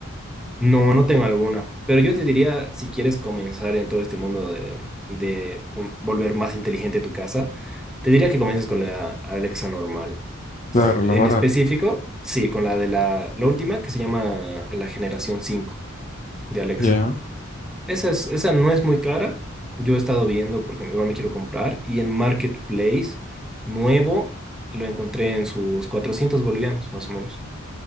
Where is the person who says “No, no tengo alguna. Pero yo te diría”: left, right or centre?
Centre